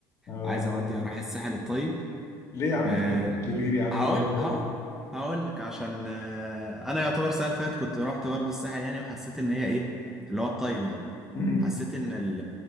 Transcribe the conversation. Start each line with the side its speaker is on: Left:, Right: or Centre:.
Left: اه
Centre: عايز أودي أروح الساحل الطيب
Left: ليه يا عم
Centre: أه
Left: تخليك شرير يا عم
Centre: هقول
Left: زي الفل
Centre: هقول هقول لك عشان أه أنا يعتبر السنة اللي فاتت كنت رحت برضه الساحل يعني وحسيت إن هي إيه اللي هو الطيب يعني
Left: امم
Centre: حسيت ان ال